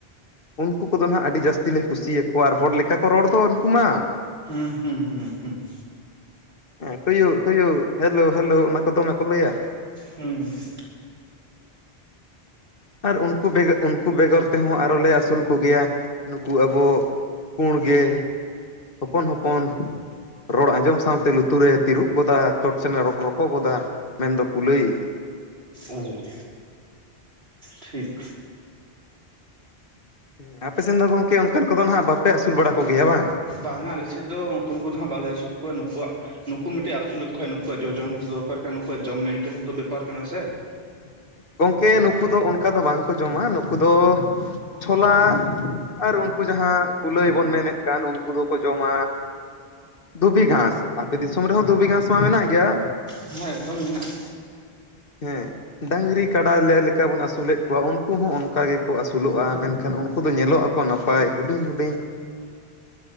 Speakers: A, on the left; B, on the right.
A: ᱩᱱᱠᱩ ᱠᱚᱫᱚ ᱱᱷᱟᱜ ᱟᱰᱤ ᱡᱟᱹᱥᱛᱤ ᱞᱮ ᱠᱩᱥᱤ ᱭᱟᱠᱚᱣᱟ ᱟᱨ ᱦᱚᱲ ᱞᱮᱠᱟ ᱠᱚ ᱨᱚᱲ ᱫᱚ ᱩᱱᱠᱩ ᱢᱟ,
B: ᱦᱩᱸ ᱦᱩᱸ ᱦᱩᱸ ᱦᱩᱸ᱾
A: ᱦᱮᱸ ᱦᱩᱭᱩᱜ ᱠᱩᱭᱩᱜ ᱦᱮᱞᱳ ᱦᱮᱞᱳ ᱚᱱᱟ ᱠᱚ ᱫᱚᱢᱮ ᱠᱚ ᱞᱟᱹᱭᱟ,
B: ᱦᱩᱸ ᱦᱩᱸ
A: ᱟᱨ ᱩᱱᱠᱩ ᱵᱮᱜᱚ ᱩᱱᱠᱩ ᱵᱮᱜᱚᱨ ᱛᱮᱦᱚᱸ ᱟᱨᱦᱚᱞᱮ ᱟᱹᱥᱩᱞ ᱠᱚᱜᱮᱭᱟ ᱱᱩᱠᱩ ᱟᱵᱚ, ᱯᱩᱬ ᱜᱮ ᱦᱚᱯᱚᱱ ᱦᱚᱯᱚᱱ ᱨᱚᱲ ᱟᱸᱡᱚᱢ ᱥᱟᱶᱛᱮ, ᱞᱩᱛᱩᱨᱮ ᱛᱤᱨᱩᱵ ᱜᱚᱫᱟ ᱪᱚᱴ ᱥᱮᱱᱮ ᱨᱚᱜ ᱨᱚᱠᱚ ᱜᱚᱫᱟ ᱢᱮᱱᱫᱚ ᱠᱩᱞᱟᱹᱭ,
B: ᱳ ᱴᱷᱤᱠ
A: ᱦᱮ ᱟᱯᱮ ᱥᱮᱱ ᱫᱚ ᱜᱚᱝᱠᱮ ᱚᱱᱠᱟᱱ ᱠᱚᱫᱚ ᱦᱟᱜ ᱵᱟᱯᱮ ᱟᱹᱥᱩᱞ ᱵᱟᱲᱟ ᱠᱚᱜᱮᱭᱟ ᱵᱟᱝ,
B: ᱵᱟᱝ-ᱟ ᱟᱞᱮ ᱥᱮᱫ ᱫᱚ ᱩᱱᱠᱩᱱ ᱠᱚᱫᱚ ᱵᱟᱞᱮ ᱟᱹᱥᱩᱞ ᱠᱚᱣᱟ ᱱᱩᱠᱩᱣᱟᱜ, ᱱᱩᱠᱩ ᱢᱤᱫᱴᱮᱡ ᱟᱹᱥᱩᱞ ᱞᱮᱠᱚ ᱠᱷᱟᱱ ᱱᱩᱠᱩ ᱡᱚ ᱡᱚᱢ ᱦᱚᱛᱚ ᱫᱚᱨᱠᱟᱨ ᱠᱟᱱᱟ ᱱᱩᱠᱩᱣᱟᱜ ᱡᱚᱢ ᱢᱮᱱᱴᱮᱱ ᱦᱚᱛᱚ ᱵᱮᱯᱟᱨ ᱠᱟᱱᱟ ᱥᱮ,
A: <inaudible> ᱜᱚᱢᱠᱮ ᱱᱩᱠᱩ ᱫᱚ ᱚᱱᱠᱟ ᱫᱚ ᱵᱟᱝᱠᱚ ᱡᱚᱢᱟ ᱱᱩᱠᱩ ᱫᱚ ᱪᱷᱚᱞᱟ, ᱟᱨ ᱩᱱᱠᱩ ᱡᱟᱦᱟᱸ ᱠᱩᱞᱟᱹᱭ ᱵᱚᱱ ᱢᱮᱱᱮᱫ ᱠᱟᱱ ᱩᱱᱠᱩ ᱫᱚᱠᱚ ᱡᱚᱢᱟ ᱫᱷᱩᱵᱤ ᱜᱷᱟᱸᱥ ᱟᱯᱮ ᱫᱤᱥᱚᱢ ᱨᱮᱦᱚᱸ ᱫᱩᱵᱤ ᱜᱷᱟᱸᱥ ᱢᱟ ᱢᱮᱱᱟᱜ᱾ ᱜᱮᱭᱟ
B: ᱦᱮᱸ ᱮᱠᱫᱚᱢ ᱢᱮᱱᱟᱜᱼᱟ
A: ᱦᱮᱸ ᱰᱟᱹᱝᱨᱤ ᱠᱟᱰᱟ ᱞᱮᱭ ᱞᱮᱠᱟ ᱵᱚᱱ ᱟᱥᱩᱞ ᱮᱫ ᱠᱳᱭᱟ ᱩᱱᱠᱩ ᱦᱚᱸ ᱚᱱᱠᱟ ᱜᱮᱠᱚ ᱟᱹᱥᱩᱞᱚᱜᱼᱟ ᱢᱮᱱᱠᱷᱟᱱ ᱩᱱᱠᱩ ᱫᱚ ᱧᱮᱞᱚᱜᱼᱟ ᱠᱚ ᱱᱟᱯᱟᱭ ᱦᱩᱰᱤᱧ ᱦᱩᱰᱤᱧ,